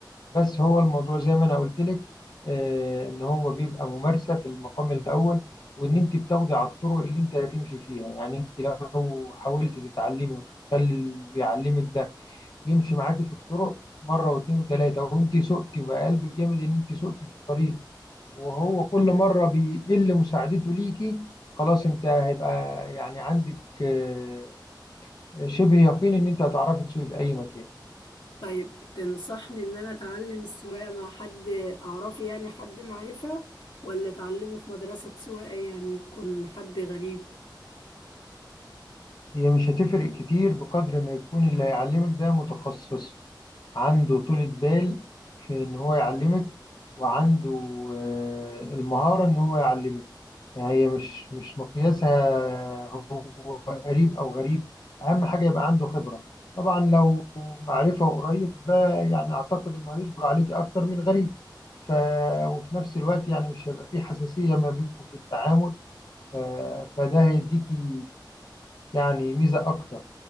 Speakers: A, on the left (about 60°); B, on the left (about 85°).
A: بس هو الموضوع زي ما انا قلت لك آه، ان هو بيبقى ممارسه في المقام الاول وان انت بتاخدي على الطرق اللي انت هتمشي فيها يعني انت لو حاولت تتعلمي وتخلي اللي بيعلمك ده يمشي معاكي في الطرق مره واثنين وثلاثه وانت سقتي وبقى قلبك جامد ان انت سقتي في الطريق وهو كل مره بيقل مساعدته ليكي خلاص انت هيبقى يعني عندك آه، شبه يقين ان انت هتعرفي تسوقي في اي مكان
B: طيب تنصحني ان انا اتعلم السواقة مع حد اعرفه يعني حد معرفة ولا اتعلمه في مدرسة سواقة يعني يكون حد غريب
A: هي مش هتفرق كتير بقدر ما يكون اللي هيعلمك ده متخصص عنده طولة بال في إن هو يعلمك وعنده آه، المهارة إن هو يعلمك يعني هي مش مش مقياسها هو قريب أو غريب أهم حاجة يبقى عنده خبرة طبعا لو معرفة وقريب ده يعني أعتقد إنه هيصبر عليك أكتر من الغريب ف... وفي نفس الوقت يعني مش هيبقى فيه حساسية ما بينكم في التعامل ف... فده هيديكي يعني ميزة أكتر